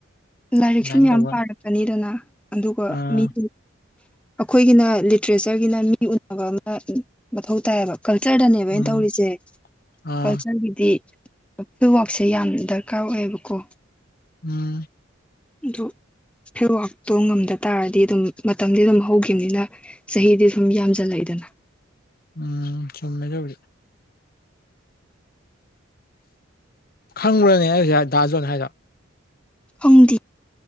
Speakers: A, in the centre; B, on the left.
A: ꯂꯥꯏꯔꯤꯛ
B: ꯑꯗꯨꯃꯥꯏꯅ
A: ꯁꯨꯝ ꯌꯥꯝ
B: ꯇꯧꯕ
A: ꯄꯥꯔꯛꯀꯅꯤꯗꯅ ꯑꯗꯨꯒ
B: ꯑꯥ
A: ꯃꯤꯒꯤ ꯑꯩꯈꯣꯏꯒꯤꯅ ꯂꯤꯇ꯭ꯔꯦꯆꯔꯒꯤꯅ ꯃꯤ ꯎꯟꯅꯅꯕ ꯑꯃ ꯃꯊꯧ ꯇꯥꯏꯌꯦꯕ ꯀꯜꯆꯔꯗꯅꯦꯕ
B: ꯎꯝ
A: ꯑꯩꯅ ꯇꯧꯔꯤꯁꯦ
B: ꯑꯥ
A: ꯀꯜꯆꯔꯒꯤꯗꯤ ꯐꯤ꯫ꯋꯥꯛꯁꯦ ꯌꯥꯝ ꯗꯔꯀꯥꯔ ꯑꯣꯏꯌꯦꯕꯀꯣ
B: ꯎꯝ
A: ꯑꯗꯨ ꯐꯦꯔꯋꯥꯛꯇꯣ ꯉꯝꯗ ꯇꯥꯔꯗꯤ ꯑꯗꯨꯝ ꯃꯇꯝꯗꯤ ꯑꯗꯨꯝ ꯍꯧꯈꯤꯕꯅꯤꯅ ꯆꯍꯤꯗꯤ ꯁꯨꯝ ꯌꯥꯝꯁꯜꯂꯛꯏꯗꯅ
B: ꯎꯝ ꯆꯨꯝꯃꯦ ꯆꯧꯔ ꯈꯪꯕ꯭꯫ꯔꯅꯦ ꯑꯩꯁꯦ ꯗꯥꯖꯣꯟ ꯍꯥꯏꯅ
A: ꯈꯪꯗꯦ